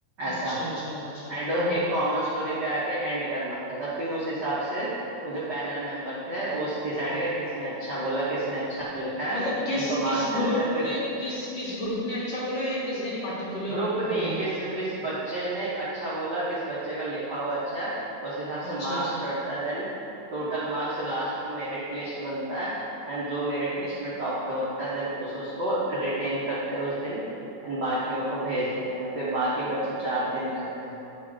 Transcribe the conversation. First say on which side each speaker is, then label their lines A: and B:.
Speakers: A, on the right; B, on the left.
A: ऐसा
B: अच्छा अच्छा अच्छा अच्छा
A: एंड एक
B: हाँ हाँ
A: कॉमन
B: हाँ
A: स्टोरी पे आके एंड करना होता था फिर उस हिसाब से वो जो पैनल मेंबर थे वो डिसाइड
B: हाँ
A: किया
B: हाँ
A: किसने अच्छा बोला किसने अच्छा लिखा है
B: मतलब किस
A: उनको
B: किस
A: मार्क्स दे
B: ग्रुप
A: देते फिर
B: ने किस किस ग्रुप ने अच्छा बोला या किस एक पार्टिकुलर
A: ग्रुप नहीं
B: बंदे का
A: किस किस बच्चे ने अच्छा बोला किस बच्चे का लिखा हुआ अच्छा है उस हिसाब से
B: अच्छा
A: मार्क्स
B: अच्छा
A: चढ़ता है देन टोटल मार्क्स लास्ट में मेरिट लिस्ट बनता है एंड जो मेरिट लिस्ट में टॉप पे होता है देन उस उसको रिटेन करते हैं उस दिन एंड बाकियों को भेज देते हैं फिर बाकी बच्चे चार दिन रहते हैं